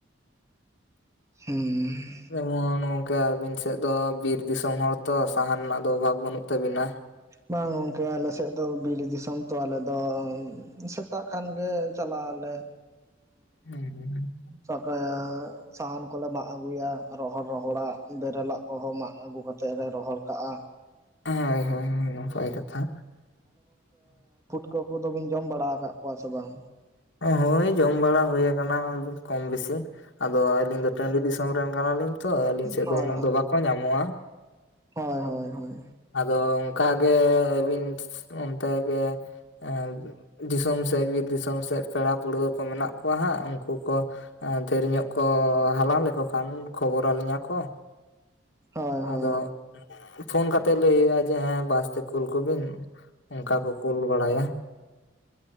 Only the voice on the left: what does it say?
ᱡᱮᱢᱚᱱ ᱚᱝᱠᱟ ᱟᱹᱵᱤᱱ ᱥᱮᱫ ᱫᱚ ᱵᱤᱨ ᱫᱤᱥᱚᱢ ᱦᱚᱲ ᱛᱚ ᱥᱟᱦᱟᱱ ᱨᱮᱱᱟᱜ ᱫᱚ ᱚᱵᱷᱟᱵᱽ ᱵᱟᱹᱱᱩᱜ ᱛᱟᱵᱤᱱᱟ᱾
ᱦᱮᱸ
ᱦᱮᱸ ᱦᱳᱭ ᱦᱳᱭ ᱦᱳᱭ ᱱᱟᱯᱟᱭ ᱠᱟᱛᱷᱟ᱾
ᱦᱳᱭ ᱡᱚᱢ ᱵᱟᱲᱟ ᱦᱩᱭ ᱟᱠᱟᱱᱟ ᱠᱚᱢ ᱵᱮᱥᱤ᱾ ᱟᱫᱚ ᱟᱹᱞᱤᱧ ᱫᱚ ᱴᱟᱺᱰᱤ ᱫᱤᱥᱚᱢ ᱨᱮᱱ ᱠᱟᱱᱟᱞᱤᱧ ᱛᱚ ᱟᱹᱞᱤᱧ ᱥᱮᱫ
ᱫᱚ ᱩᱱᱟᱹᱜ ᱫᱚ ᱵᱟᱠᱚ ᱧᱟᱢᱚᱜᱼᱟ᱾
ᱟᱫᱚ ᱚᱱᱠᱟᱜᱮ ᱟ. ᱵᱤᱱ ᱚᱱᱛᱮ ᱜᱮ ᱮᱸ ᱫᱤᱥᱚᱢ ᱥᱮᱫ ᱵᱤᱨ ᱫᱤᱥ ᱫᱤᱥᱚᱢ ᱥᱮᱫ ᱯᱮᱲᱟ ᱯᱟᱹᱲᱣᱟᱹ ᱠᱚ ᱢᱮᱱᱟᱜ ᱠᱚᱣᱟ ᱦᱟᱸᱜ ᱩᱱᱠᱩ ᱠᱚ ᱫᱷᱮᱨ ᱧᱚᱜ ᱠᱚ ᱦᱟᱞᱟᱝ ᱞᱮᱠᱚ ᱠᱷᱟᱱ ᱠᱷᱚᱵᱚᱨ ᱟᱹᱞᱤᱧᱟᱠᱚ
ᱟᱫᱚ ᱯᱷᱳᱱ ᱠᱟᱛᱮᱜ ᱞᱟᱹᱭ ᱦᱩᱭᱩᱜᱼᱟ ᱡᱮ ᱦᱮᱸ ᱵᱟᱥᱛᱮ ᱠᱩᱞ ᱠᱚᱵᱤᱱ ᱚᱱᱠᱟ ᱠᱚ ᱠᱳᱞ ᱵᱟᱲᱟᱭᱟ